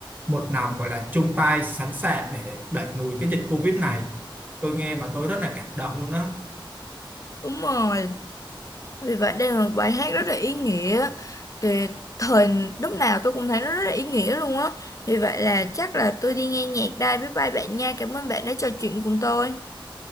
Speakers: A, on the right; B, on the left.
A: một lòng gọi là chung tay sẵn sàng để đẩy lùi cái dịch Covid này tôi nghe mà tôi rất là cảm động luôn á
B: đúng rồi vì vậy đây là một bài hát rất là ý nghĩa thì thời lúc nào tôi cũng thấy nó rất là ý nghĩa luôn á vì vậy là chắc là tôi đi nghe nhạc đây bye bye bạn nha cảm ơn bạn đã trò chuyện cùng tôi